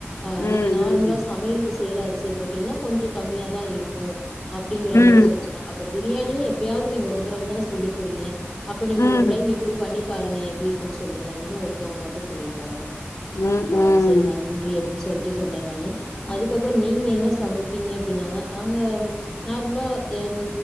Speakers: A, in the centre; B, on the left.
A: ஆ
B: ம்
A: நீங்க நார்மலா
B: ம்
A: சமையலுக்கு செய்ற அரிசி போட்டீங்கனா கொஞ்ஜோ கம்மியா தா இருக் க்கும் அப்டிங்கிற
B: ம்
A: மாரி சொல் <unintelligible> அப்ப பிரியாணியே எப்பயாது நீங்க ஒரு தரவ தானே செய்ய போறீங்க அப்ப நீங்க
B: ம்
A: ஒரு டைம் இப்டி பண்ணி பாருங்க எப்டி இருக்குன்னு சொல்லுங்க அப்டின்னு ஒருத்தவங்க மட்டு சொல்லியிருக்காங்க
B: ம்
A: ஆன்
B: ம்
A: செரி நன்றி அப்டின் சொல்லிட்டு சொன்னேன் நானு அதுக் கப்புறம் நீங்க என்ன சமைப்பீங்க அப்டின்னாங்க நாங்க நார்மலா என்